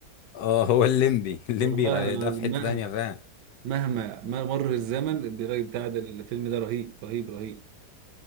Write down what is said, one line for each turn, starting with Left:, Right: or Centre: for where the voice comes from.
Left: اه هو الليمبي <laughs> الليمبي
Right: والله
Left: غ-
Right: العظيم
Left: ده في حته
Right: مهما
Left: تانية فاهم
Right: مهما ما مر الزمن الراجل بتاع ده الفيلم ده رهيب رهيب رهيب